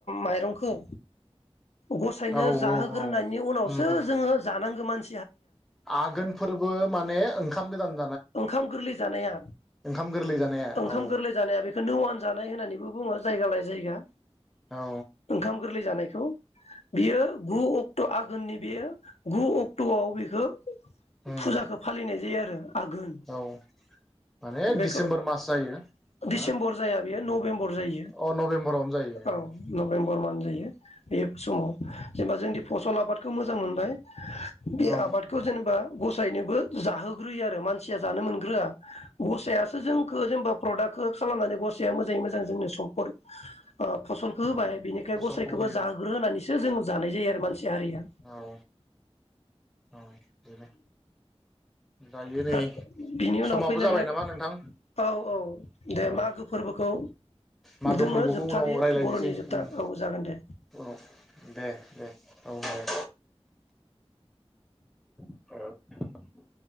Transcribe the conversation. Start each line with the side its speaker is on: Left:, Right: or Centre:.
Left: माइरंखो गसायनो
Centre: औ
Left: जाहोग्रोनायनि
Centre: औ
Left: उनावसो
Centre: उम उम
Left: जोङो जानांगौ मान
Centre: आघोन फोरबो माने ओं खामगोजान
Left: ओंखाम गोरलै जानाया
Centre: ओंखाम गोरलै जानाया
Left: ओंखाम
Centre: औ
Left: गोरलै जानाया बेखौ नवान जानाय होननानैबो बुङो। जायगा लाय जायगा
Centre: औ
Left: ओंखाम गोरलै जानायखौ औ बियो गु अक्ट' आ आघोननि बेयो गु अक्ट'आव बेखो
Centre: उम
Left: फुजाखौ फालिनाय जायो आरो आघोन
Centre: औ माने
Left: बेखौ
Centre: डिसेम्बर मास जायो
Left: डिसेम्बर
Centre: ना
Left: जाया बेयो नभेम्बर जायो
Centre: अ नभेम्बरावनो जायो
Left: औ नभेम्बर मान जायो बे समाव जेनेबा जोंनि फसल आबादखौ मोजां मोनबाय बे
Centre: औ
Left: आबादखौ जेनेबा गसायनोबो जाहोग्रोयो आरो आरो मानसिया जानो मोनग्रोआ गसाइयासो जोंखौ जेनेबा प्रदाक्टखौ खालामनानै गसाया मोजाङै मोजां जोंनो सम्पद फसलखौ होबाय बिनिखाय
Centre: फसलखौ
Left: गसाइखौबो
Centre: होयो
Left: जाहोग्रो होनानैसो सो जों जानाय जायो आरो मानसि हारिया
Centre: औ औ बेनो दायो नै
Left: आ बिनि उनाव
Centre: समाबो
Left: फैलायबाय
Centre: जाबाय नामा नोंथां
Left: औ औ दे
Centre: औ
Left: मागो फोरबोखौ
Centre: मागो
Left: जोङो
Centre: फोरबोखौ
Left: जोबथा
Centre: उनाव
Left: बेयो
Centre: रायज्लायनोसै
Left: बर'नि जोबथा
Centre: उम
Left: औ जागोन दे
Centre: उनाव दे दे औ दे औ